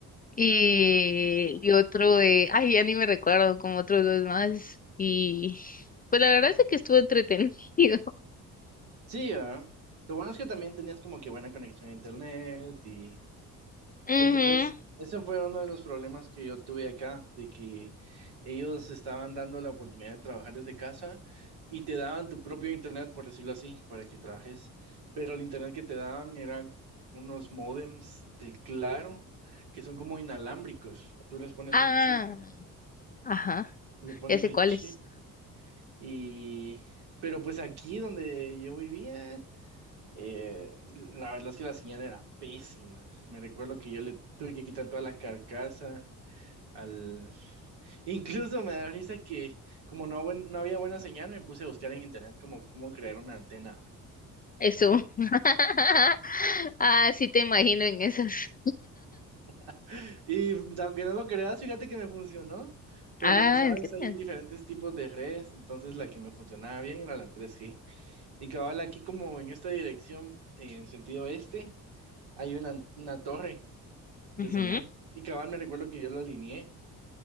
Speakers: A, on the left; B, on the right.
A: Y, y otro de, ay, ya ni me recuerdo, como otros dos más. Y pues la verdad es que estuvo entretenido. <laughs>
B: Sí, ¿verdad? Lo bueno es que también tenías como que buena conexión a internet y,
A: Ujú.
B: Porque pues ese fue uno de los problemas que yo tuve acá, de que ellos estaban dando la oportunidad de trabajar desde casa y te daban tu propio internet, por decirlo así, para que trabajes. Pero el internet que te daban era unos módems de Claro, que son como inalámbricos. Tú les pones
A: Ah,
B: un chip,
A: ajá,
B: le pones
A: ya sé
B: el
A: cuáles.
B: chip y... Pero pues aquí donde yo vivía... Eh, la verdad es que la señal era pésima. Me recuerdo que yo le tuve que quitar toda la carcasa al... <laughs> Incluso me da risa que como no, buen- no había buena señal, me puse a buscar en internet cómo, cómo crear una antena.
A: Eso. <laughs> Ah, sí te imagino en esas.
B: <laughs> Y aunque no lo creas, fíjate que me funcionó. Pero
A: Ah,
B: como sabes,
A: ¿en serio?
B: hay diferentes tipos de redes, entonces la que me funcionaba bien era la 3G. Y cabal, aquí como en esta dirección, en sentido este, hay una, una torre de
A: Ujú,
B: señal.
A: ujú.
B: Y cabal, me recuerdo que yo lo alineé